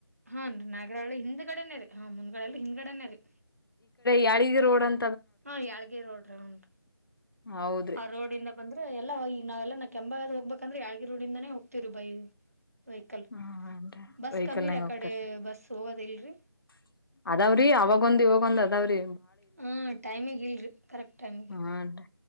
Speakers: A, on the right; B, on the left.
A: ಹಾನ್ರಿ ನಾಗರಳ್ಳ ಹಿಂದ್ಗಡನೇ ರರಿ ಹಾ ಮುಂದ್ಗಡೆೆಯಲ್ಲಿ ಹಿಂದ್ಗಡನೇ ರರಿ
B: ಯಲಿಗಿರೊಡ್
A: ಹಾ ಯಾಳಗಿ ರೋಡ ಹಾ ಹುನ್ರಿ
B: ಹೌದ್ರಿ
A: ಆ ರೋಡಿಂದ ಬಂದ್ರ ಎಲ್ಲ ಎಲ್ಲ ನಾವೆಲ್ಲಾ ಕೆಂಭಾವಿ ಹೋಗಬೇಕಂದ್ರ ಯಾಳಗಿ ರೋಡಿಂದಾನ ಹೋಗ್ತಿವರಿ ಬೈ ವೆಹಿಕಲ್
B: ಹನ್ರಿ
A: ಬಸ್
B: ವೆಹಿಕಲ್ನಾಗ
A: ಕಮ್ಮಿ ರೀ ಆ
B: ಹೋಗ್ತಾರ
A: ಕಡೆ ಬಸ್ ಹೋಗೋದ ಇಲ್ರಿ
B: ಅದಾವ್ರಿ ಅವಾಗೊಂದ ಇವಾಗೊಂದ ಅದಾವ್ರಿ
A: ಹಾ ಟೈಮಿಗ್ ಇಲ್ರಿ ಕರೆಕ್ಟ್ ಟೈಮಿಗೆ
B: ಹಾನರೀ